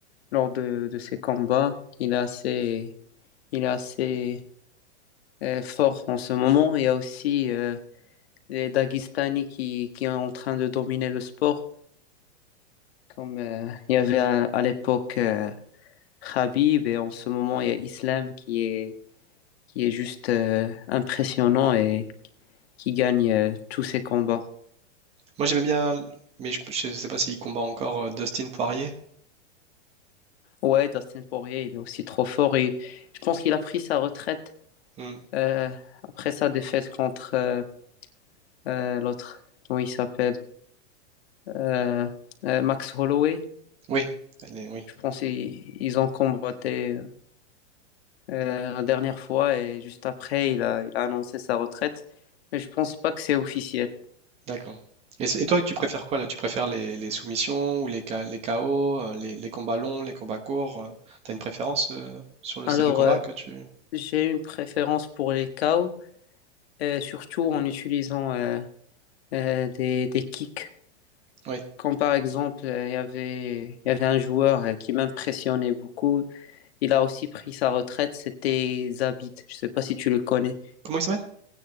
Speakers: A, on the left; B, on the right.
A: lors de, de ses combats. Il est assez, il est assez euh, fort en ce moment. Il y a aussi euh, les Dagestani qui, qui sont en train de dominer le sport, comme euh, il y avait à, à l'époque euh, Khabib et en ce moment il y a Islam qui est, qui est juste euh, impressionnant et qui gagne euh, tous ses combats.
B: Moi, j'aimais bien, mais je, je sais pas s'il combat encore euh, Dustin Poirier.
A: Ouais, Dustin Poirier, il est aussi trop fort et je pense qu'il a pris sa retraite
B: Hmm.
A: euh, après sa défaite contre euh, euh, l'autre, comment il s'appelle, Euh, euh, Max Holloway.
B: Oui, allez, oui.
A: Je pense qu'ils ils ont combattu euh, la dernière fois et juste après, il a, il a annoncé sa retraite. Mais je pense pas que c'est officiel.
B: D'accord. Et, c'est- et toi, tu préfères quoi là? Tu préfères les, les soumissions ou les, K- les KO, euh, les, les combats longs, les combats courts? euh, T'as une préférence euh, sur le
A: Alors,
B: style de combat
A: euh,
B: que tu...
A: j'ai une préférence pour les KO, euh, surtout en utilisant euh, euh, des, des kicks.
B: Oui.
A: Comme par exemple, euh, il y avait, il y avait un joueur euh, qui m'impressionnait beaucoup. Il a aussi pris sa retraite, c'était Zabit. Je sais pas si tu le connais.
B: Comment il s'appelle?